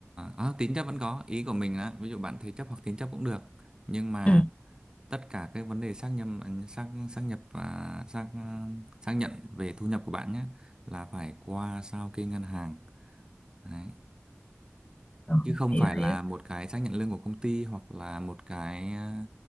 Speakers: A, on the right; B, on the left.
A: à, tín chấp vẫn có, ý của mình là ví dụ bạn thế chấp hoặc tín chấp cũng được. Nhưng mà
B: ừ
A: tất cả cái vấn đề xác nhận xác xác nhập và xác xác nhận về thu nhập của bạn nhé là phải qua sao kê ngân hàng. Đấy
B: ờ,
A: chứ không
B: hiểu
A: phải là
B: hiểu
A: một cái xác nhận lương của công ty hoặc là một cái ờ,